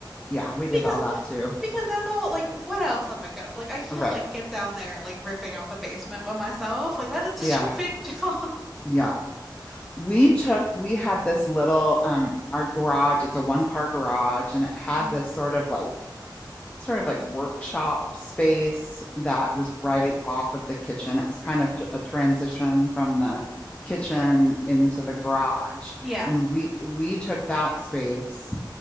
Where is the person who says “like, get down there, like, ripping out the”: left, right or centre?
Centre